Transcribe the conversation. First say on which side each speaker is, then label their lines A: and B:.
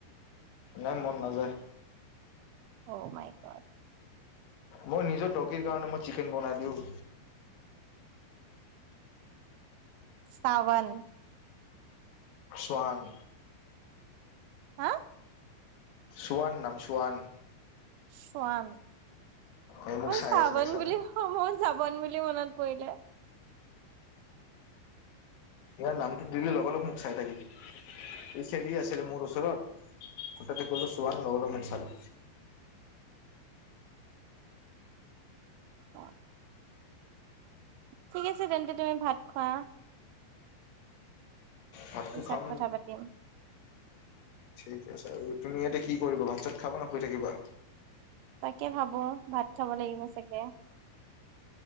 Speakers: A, on the left (about 70°); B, on the right (about 80°).
A: নাই মন নাযায়।
B: Oh my god.
A: মই নিজৰ ডগীৰ কাৰণে মই চিকেন বনাই দিওঁ।
B: চাৱন।
A: শোৱান
B: হা
A: চোৱান নাম চোৱান
B: চোৱান
A: এই মোক
B: মই
A: চাই
B: চাবন
A: আছে দেখিছানে
B: বুলি মই চাবন বুলি মনত পৰিলে
A: ইয়াৰ নামটো দিলে লগা লগ মোক চাই থাকে এই খেলি আছিলে মোৰ ওচৰত কথাতা কলো চোৱান লগা লগ মোক চালে
B: অ ঠিক আছে তেন্তে তুমি ভাত খোৱা
A: ভাতটো
B: পিছত
A: খাম
B: কথা পাতিম
A: ঠিক আছে আৰু তুমি ইয়াতে কি কৰিবা ভাত চাত খাবা নে শুই থাকিবা
B: তাকে ভাবো ভাত খাব লাগিব চাগে